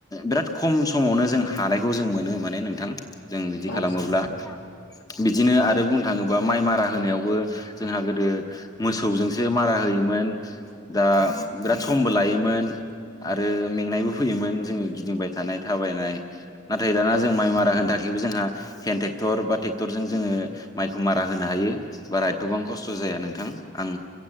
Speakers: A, on the left; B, on the left.
A: बिराद खम समावनो जों हानायखौ जों मोनो माने नोंथां जों बिदि
B: औ
A: खालामोब्ला।
B: सैथो
A: बिदिनो आरो बुंनो थाङोबा माइ मारा होनायावबो जोंहा गोदो मोसौजोंसो मारा होयोमोन दा बिराद समबो लायो मोन आरो मेंनायबो फैयोमोन जोङो गिदिंबाय थानाय थाबायनाय नाथाय दाना
B: औ
A: जों माइ
B: सैथो
A: मारा होनो थाखा यबो जोंहा हेन्द ट्रेक्टर बा ट्रेक्टरजों जोङो माइखौ मारा होनो हायो। बारा एथबां खस्थ जाया नोंथां आं